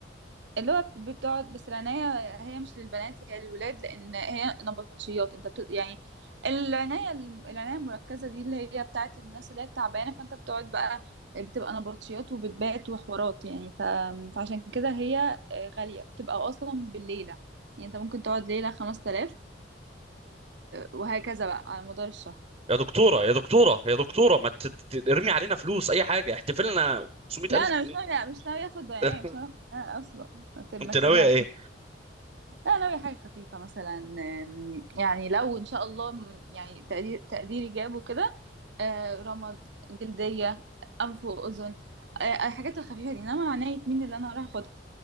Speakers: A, on the right; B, on the right.
A: اللي هو بتقعد بس العناية هي مش للبنات هي للولاد لأن هي نبطشيات أنت بت... يعني العناية العناية المركزة دي اللي هي بتاعت الناس اللي هي تعبانة فأنت بتقعد بقى بتبقى نبطشيات وبتبات وحوارات يعني ف... فعشان كده هي آه، غالية بتبقى أصلا بالليلة يعني أنت ممكن تقعد ليلة خمس تلاف وهكذا بقى على مدار الشهر
B: يا دكتوره يا دكتوره يا دكتوره ما ت- ت- ترمي علينا فلوس اي حاجه احتفلنا 500000
A: لا انا
B: جنيه
A: مش ناويه مش ناويه اخد يعني
B: اه،
A: مش ناويه اخد أنا اصلا ما ت- ما
B: انت
A: تقلقش
B: ناويه ايه
A: لا ناويه حاجه خفيفه مثلا أم، يعني لو ان شاء الله م- يعني تقدير تقديري جابه كده آه، رمد جلديه انف واذن آه، الحاجات الخفيفه دي انما عنايه مين اللي انا هروح اخدها